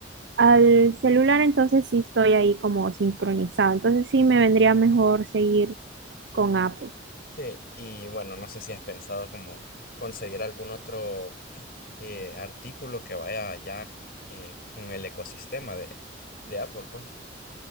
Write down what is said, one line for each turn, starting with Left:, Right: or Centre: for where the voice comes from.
Right: al celular, entonces sí estoy ahí como sincronizado. Entonces sí me vendría mejor seguir con Apple.
Left: Sí, y bueno, no sé si has pensado como conseguir algún otro eh, artículo que vaya ya eh, con el ecosistema de, de Apple, pues.